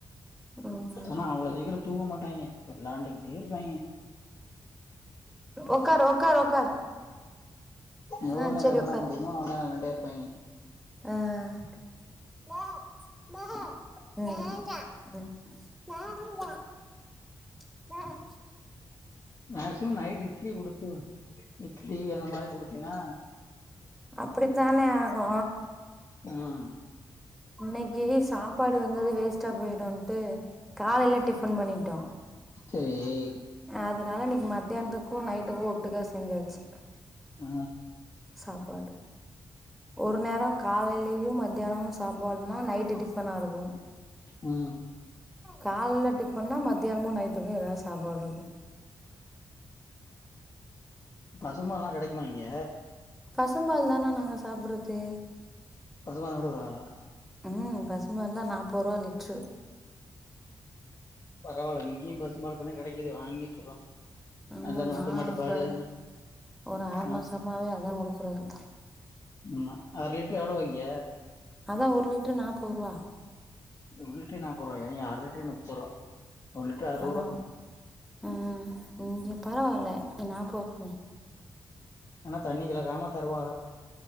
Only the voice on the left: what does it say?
ஆனா அவ்வளவு சீக்கிரத்து தூங்க மாட்டாய்ங்கே வெல்லாண்டுகிட்டே இருப்பாய்ங்கே
எவ்ளோ
நேர
விளாட முடியுமா அவளோ நோரோ விளாண்ட்டே ப்பாய்ங்க
மேகஸிமம் நைட் இட்லி குடுத்து இட் லி அந்த மாரி குடுத்தினா
ம்
சேரி
ஆ
ம்
பசும்பாலா கெடைக்குமா இங்க
பசும்பால் குடுக்கறாங்கலா
பரவால இங்கயு பசும்பால் இப்பதா கெடைக்குது வாங்கிட்ருக்கோ
நல்ல நாட்டு
மாட்டு
பாலு
ஆ
ம் அரலிட்டரு எவ்ள இங்க
ஒரு லிட்டரே நாப்பதுருவாயா இங்க லிட்டரே முப்பது ரூவா ஒரு லிட்டர் அறுவது
ரூவா
ஆனா தண்ணி கலக்காம தருவாக